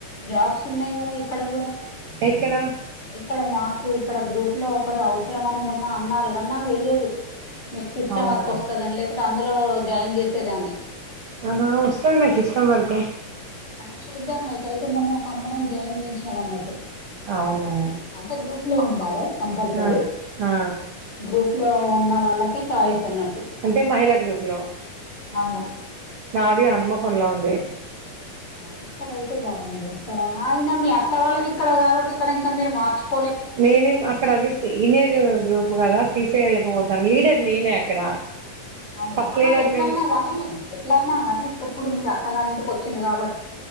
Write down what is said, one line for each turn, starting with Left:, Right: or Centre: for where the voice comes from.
Left: జాబ్స్ ఉన్నాయ్ కదా ఇక్కడ కూడా
Right: ఎక్కడ
Left: ఇక్కడ మాకు ఇక్కడ గ్రూప్ లో ఒకరు అవసరం అని మొన్న అన్నారు కానీ నాకు తెలియదు మీకు సిస్టమ్
Right: అవునా
Left: వర్క్ వస్తదని లేకుంటే అందులో జాయిన్ చేసేదాన్ని
Right: ఆ వస్తాది నాకు సిస్టం వర్కు
Left: అదే చూద్దాం ఐతేతే మొన్న ఒక అమ్మాయిని జాయిన్ చేయించినామన్నట్టు
Right: అవునా
Left: అంటే గ్రూప్ లో ఉండాలే కంపల్సరీ
Right: ఆ ఆ
Left: గ్రూప్ లో ఉన్న వాళ్ళకే చాయిస్ అన్నట్
Right: అంటే మహిళా గ్రూప్ లో
Left: అవును
Right: నాది అన్మకొండ్లో ఉంది
Left: ఆ ఇక్కడైతే బాగుండు ఇక్కడ ఐన మీ అక్క వాళ్ళది ఇక్కడ కాబట్టి ఇక్కడ ఇంకా మీరు మార్చుకో
Right: నేనేం అక్కడ అది సీనియర్ గ్రూప్ కదా తీసేయలేకపోతాన్ లీడర్ నేనే అక్కడ
Left: అవునా
Right: ఫస్ట్
Left: అహ
Right: లీడర్
Left: ఎట్లయినా
Right: ను
Left: గానీ ఎట్లయినా గాని ఇక్కప్పుడు మీరు అత్తగారి ఇంటికి వచ్చిలు కాబ